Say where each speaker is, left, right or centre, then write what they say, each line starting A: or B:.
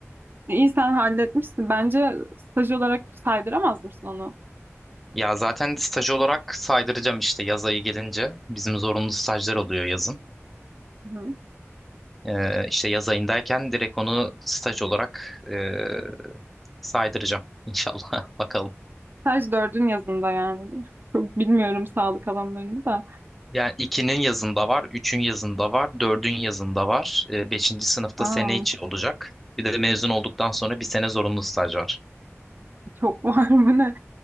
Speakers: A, on the right (about 45°); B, in the centre.
A: İyi sen halletmişsin. Bence staj olarak saydıramaz mısın onu?
B: Ya zaten staj olarak saydıracağım işte yaz ayı gelince. Bizim zorunlu stajlar oluyor yazın.
A: Hı
B: Ee, işte yaz ayındayken direkt onu staj olarak ee, saydıracağım inşallah. <laughs> Bakalım.
A: Staj dördün yazında yani. Çok bilmiyorum sağlık alanlarını da.
B: Yani ikinin yazında var, üçün yazında var, dördün yazında var. Ee, beşinci sınıfta
A: Aa,
B: sene içi olacak. Bir de mezun olduktan sonra bir sene zorunlu staj var.
A: çok <laughs> var mı ne?